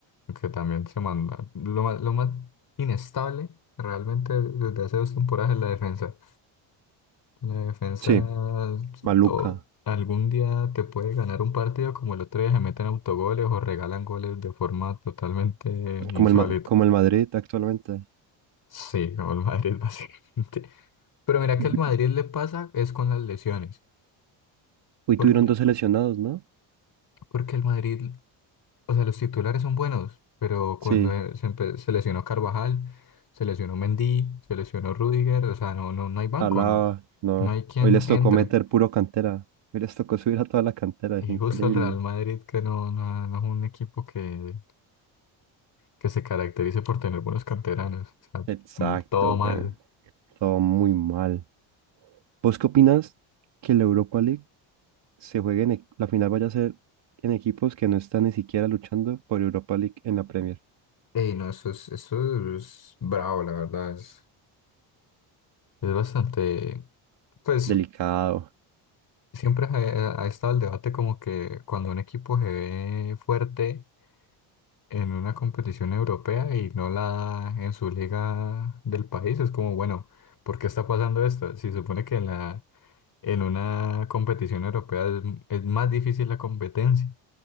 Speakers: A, on the left; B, on the right.
A: Aunque también se manda. Lo más, lo más inestable realmente desde hace dos temporadas es la defensa. La defensa
B: Sí, maluca.
A: o algún día te puede ganar un partido como el otro día se meten autogoles o regalan goles de forma totalmente insólita.
B: Como el, Ma- como el Madrid actualmente.
A: Sí, como el Madrid <laughs> básicamente. Pero mira que
B: Vi-
A: el Madrid le pasa es con las lesiones.
B: Hoy
A: Porque,
B: tuvieron dos seleccionados, ¿no?
A: porque el Madrid, o sea, los titulares son buenos, pero cuando
B: Sí,
A: eh, se, empe- se lesionó Carvajal, se lesionó Mendy, se lesionó Rüdiger o sea, no, no, no hay banco,
B: Alaba,
A: no,
B: no.
A: no hay quien
B: Hoy les tocó
A: entre.
B: meter puro cantera. Hoy les tocó subir a toda la cantera,
A: Y
B: es increíble.
A: justo el Real Madrid, que no, no, no es un equipo que, que se caracterice por tener buenos canteranos. O sea,
B: Exacto,
A: mm, todo mal.
B: güey. Todo muy mal. ¿Vos qué opinas que la Europa League se juegue en e- la final vaya a ser en equipos que no están ni siquiera luchando por Europa League en la Premier?
A: Ey, no, eso es, eso es bravo, la verdad. es- Es bastante... Pues
B: Delicado.
A: siempre ha, eh, ha estado el debate como que cuando un equipo se ve fuerte en una competición europea y no la da en su liga del país, es como, bueno, ¿por qué está pasando esto? Si se supone que en la, En una competición europea es, es más difícil la competencia.